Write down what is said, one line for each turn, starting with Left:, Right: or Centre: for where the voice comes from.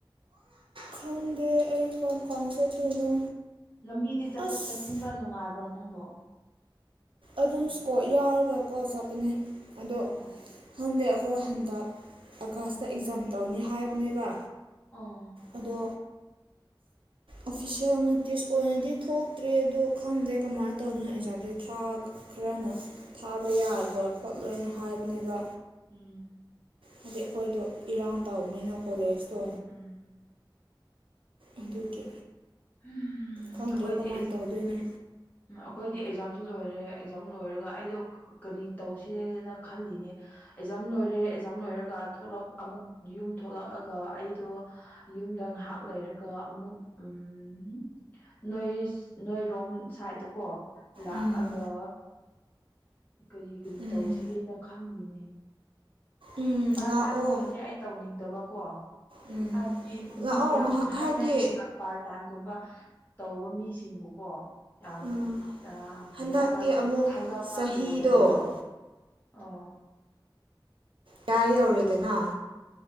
Right: ꯈꯪꯗꯦ ꯑꯩ ꯀꯝ ꯀꯥꯟ ꯆꯠꯇꯣꯏꯅꯣ
Left: ꯂꯝꯕꯤꯗꯤ ꯆꯠꯊꯣꯛ
Right: ꯑꯁ
Left: ꯆꯠꯁꯤꯟꯕ ꯅꯨꯡꯉꯥꯏꯕꯔꯥ ꯅꯪꯕꯣ
Right: ꯑꯗꯨꯝ ꯁꯀꯣꯔ ꯌꯥꯎꯔꯒ ꯀꯣ ꯆꯠꯄꯅꯦ ꯑꯗꯣ
Left: ꯑꯣ ꯑꯣ
Right: ꯈꯪꯗꯦ ꯑꯩꯈꯣꯏ ꯍꯟꯗꯛ ꯑꯥꯒꯁꯇ ꯑꯦꯛꯖꯥꯝ ꯇꯧꯅꯤ ꯍꯥꯏꯕꯅꯦꯕ
Left: ꯑ
Right: ꯑꯗꯣ ꯑꯣꯐꯤꯁꯦꯜ ꯅꯣꯇꯤꯁ ꯑꯣꯏꯅꯗꯤ ꯊꯣꯛꯇ꯭ꯔꯤ ꯑꯗꯣ ꯈꯪꯗ꯭ꯔꯦ ꯀꯃꯥꯏꯅ ꯇꯧꯗꯨꯅꯣ ꯑꯦꯛꯖꯥꯝꯁꯦ ꯊꯥꯕ ꯈꯔꯅ ꯊꯥꯕ ꯌꯥꯔꯣꯏ ꯈꯣꯠꯂꯣꯏꯅ ꯍꯥꯏꯕꯅꯦꯕ
Left: ꯎꯝ
Right: ꯍꯥꯏꯗꯤ ꯑꯩꯈꯣꯏꯗꯣ ꯏꯔꯥꯡ ꯇꯧꯕꯅꯤꯅ ꯀꯣꯂꯦꯖꯇꯣ
Left: ꯎꯝ
Right: ꯑꯗꯨꯒꯤ
Left: ꯎꯝ
Right: ꯈꯪꯗ꯭ꯔꯦ
Left: ꯑꯩꯈꯣꯏꯗꯤ
Right: ꯀꯃꯥꯏꯅ ꯇꯧꯗꯣꯏꯅꯣ
Left: ꯎꯝ ꯑꯩꯈꯣꯏꯗꯤ ꯑꯦꯛꯖꯥꯝꯁꯨ ꯂꯣꯏꯔꯦ ꯑꯦꯛꯖꯥꯝ ꯂꯣꯏꯔꯒ ꯑꯩꯗꯣ ꯀꯔꯤ ꯇꯧꯁꯦꯅ ꯈꯜꯂꯤꯅꯦ ꯑꯦꯛꯖꯝ ꯂꯣꯏꯔꯦ ꯑꯦꯛꯖꯥꯝ ꯂꯣꯏꯔꯒ ꯊꯣꯛꯂꯛ ꯑꯃꯨꯛ ꯌꯨꯝ ꯊꯣꯛꯂꯛꯑꯒ ꯑꯩꯗꯣ ꯌꯨꯝꯗ ꯉꯥꯏꯍꯥꯛ ꯂꯩꯔꯒ ꯑꯃꯨꯛ ꯎꯝ ꯎꯝ ꯅꯣꯏ ꯅꯣꯏꯔꯣꯝ ꯁꯥꯏꯠꯇꯀꯣ ꯂꯥꯛꯑꯒ
Right: ꯎꯝ
Left: ꯀꯔꯤ ꯀꯔꯤ
Right: ꯎꯝ
Left: ꯇꯧꯁꯤꯒꯦꯅ ꯈꯜꯂꯤꯅꯦ
Right: ꯎꯝ
Left: ꯄꯥꯔ
Right: ꯂꯥꯛꯑꯣ
Left: ꯇꯥꯏꯝ ꯍꯥꯏꯕꯗꯤ ꯑꯩ ꯇꯧꯅꯤꯡꯗꯕꯀꯣ
Right: ꯎꯝ
Left: ꯍꯥꯏꯕꯗꯤ ꯃꯤ
Right: ꯂꯥꯛꯑꯣ
Left: ꯌꯥꯝ ꯍꯥꯏꯅꯩ
Right: ꯍꯥꯏꯗꯤ
Left: ꯄꯥꯔꯠ ꯇꯥꯏꯝꯒꯨꯝꯕ ꯇꯧꯕ ꯃꯤꯁꯤꯡꯕꯨꯀꯣ ꯌꯥꯝ
Right: ꯎꯝ
Left: ꯑ ꯀꯔꯤ
Right: ꯍꯟꯗꯛꯇꯤ
Left: ꯍꯥꯏꯕ
Right: ꯑꯃꯨꯛ
Left: ꯊꯥꯖꯕ
Right: ꯆꯍꯤꯗꯣ
Left: ꯂꯩꯗꯕꯗꯣ ꯑꯣ
Right: ꯗꯥꯥꯏ ꯌꯧꯔꯦꯗꯅ